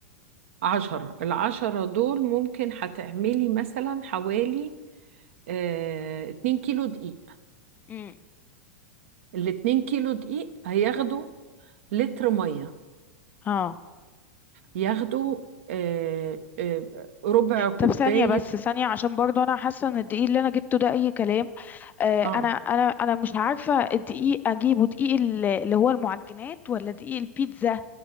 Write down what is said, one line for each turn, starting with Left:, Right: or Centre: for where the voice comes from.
Right: عشرة العشرة دول ممكن هتعملي مثلا حوالي آه، اتنين كيلو دقيق
Left: امم
Right: الاتنين كيلو دقيق هياخدوا لتر مية
Left: اه
Right: ياخدوا آه، آه، ربع كوباية
Left: طب ثانية بس ثانية عشان برضه أنا حاسة إن الدقيق اللي أنا جبته ده أي كلام آه
Right: اه
Left: أنا أنا أنا مش عارفة الدقيق أجيبه دقيق ال- اللي هو المعجنات ولا دقيق البيتزا